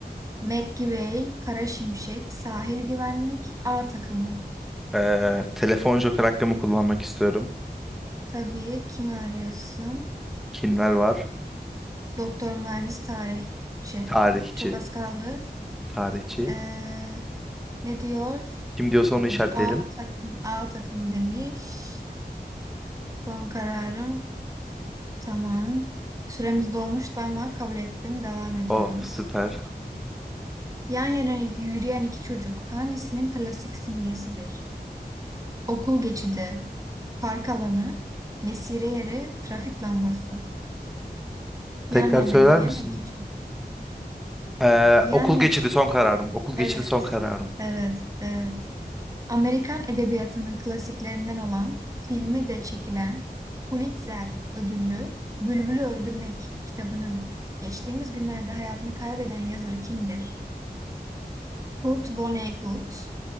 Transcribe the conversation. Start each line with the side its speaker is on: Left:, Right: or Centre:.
Right: McGivey, Kara Şimşek, Sahil Güvenlik, A takımı.
Centre: Ee, telefon joker hakkımı kullanmak istiyorum.
Right: Tabii kim arıyorsun?
Centre: Kimler var?
Right: Doktor, mühendis, tarihçi.
Centre: Tarihçi.
Right: Çok az kaldı.
Centre: Tarihçi.
Right: Ee, ne diyor?
Centre: Kim diyorsa onu işaretleyelim.
Right: C- A takım, A takımı demiş. Son kararım. Tamam. Süremiz dolmuştu ama kabul ettim. Devam ediyoruz.
Centre: Oh süper.
Right: Yan yana yürüyen iki çocuk hangisinin klasik simgesidir? Okul geçidi, park alanı, mesire yeri, trafik lambası.
Centre: Tekrar
Right: Yan yana
Centre: söyler
Right: yürüyen
Centre: misin?
Right: iki çocuk.
Centre: Ee,
Right: Yan
Centre: okul
Right: yana.
Centre: geçidi son kararım. Okul geçidi
Right: Evet.
Centre: son kararım.
Right: Evet. Evet. Amerikan edebiyatının klasiklerinden olan, filmi de çekilen Pulitzer ödüllü Bülbül'ü Öldürmek kitabının geçtiğimiz günlerde hayatını kaybeden yazarı kimdir? Kurt Vonnegut,